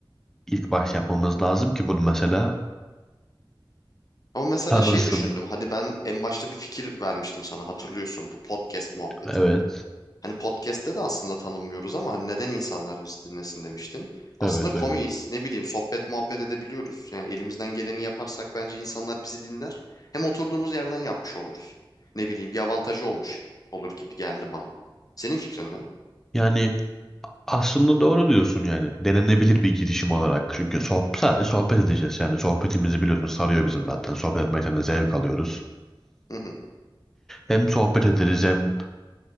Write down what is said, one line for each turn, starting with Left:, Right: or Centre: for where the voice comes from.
Centre: ilk baş yapmamız lazım ki bunu mesela
Left: Ama mesela
Centre: tanınsın.
Left: şey düşündüm. Hani ben en başta bir fikir vermiştim sana hatırlıyorsun bu podcast muhabbeti.
Centre: Evet.
Left: Hani podcast'te de aslında tanınmıyoruz ama hani neden insanlar bizi dinlesin demiştin.
Centre: Evet
Left: Aslında komiyiz.
Centre: öyle.
Left: Ne bileyim sohbet muhabbet edebiliyoruz. Yani elimizden geleni yaparsak bence insanlar bizi dinler. Hem oturduğumuz yerden yapmış oluruz. Ne bileyim bir avantajı olmuş olur gibi geldi bana. Senin fikrin ne?
Centre: Yani Aslında doğru diyorsun yani. Denenebilir bir girişim olarak. Çünkü sohbet, sadece sohbet edeceğiz. Yani sohbetimizi biliyorsun sarıyor bizim zaten. Sohbet etmekten de zevk alıyoruz.
Left: Hı hı.
Centre: Hem sohbet ederiz hem